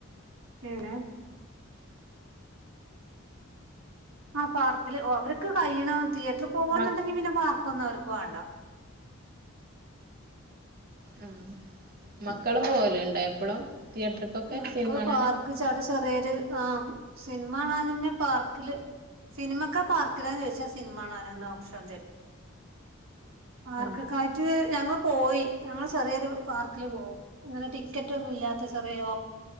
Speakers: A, on the right (about 85°); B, on the right (about 45°).
A: ഇല്ലാ ആ പാർക്കില് ഓ അവർക്ക് കഴിയണം തിയേറ്ററി പോകന്നുണ്ടെങ്കി
B: മ
A: പിന്നെ പാർക്ക് ക്കൊന്നും അവർക്ക് വേണ്ട.
B: ആ മക്കളും പോവലുണ്ടോ എപ്പളും? തിയേറ്റർക്കൊക്കെ
A: മക്കള്
B: സിനിമ കാണാന്
A: പാർക്ക് ചാടെ ചെറിയൊരു ആ സിനിമ കാണാനന്നെ, പാർക്കില് സിനിമക്കൊ പാർക്കിലോന്ന് ചോദിച്ചാൽ സിനിമ കാണനന്ന് ഓപ്ഷൻ തരും. ആർക്കൊക്കായിട്ട്
B: ആ
A: ഞങ്ങള് പോയി ഞങ്ങൾ ചെറിയൊരു പാർക്കില് പോകും ഇങ്ങനെ ടിക്കറ്റ് ഒന്നും ഇല്ലാത്ത ചെറിയ ഓ